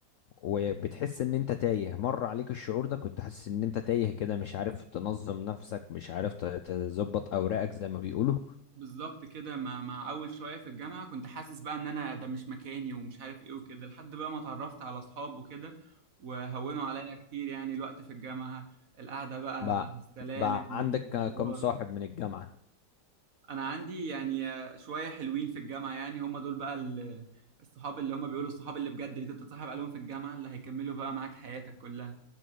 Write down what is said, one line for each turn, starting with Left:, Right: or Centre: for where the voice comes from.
Left: وبتحس ان انت تايه مر عليك الشعور ده كنت حاسس ان انت تايه كده مش عارف تنظم نفسك مش عارف ت- تظبط اوراقك زي ما بيقولوا
Right: بالظبط كده مع مع اول شويه في الجامعه كنت حاسس بقى ان انا ده مش مكاني ومش عارف ايه وكده لحد بقى ما اتعرفت على اصحاب وكده وهونوا عليا كتير يعني الوقت في الجامعه القعده بقى
Left: بقى
Right: على السلالم
Left: بقى عندك
Right: والهزار
Left: ك- كم صاحب من الجامعة
Right: انا عندي يعني شويه حلوين في الجامعه يعني هم دول بقى ال- الصحاب اللي هم بيقولوا الصحاب اللي بجد اللي انت بتتصاحب عليهم في الجامعه اللي هيكملوا بقى معاك حياتك كلها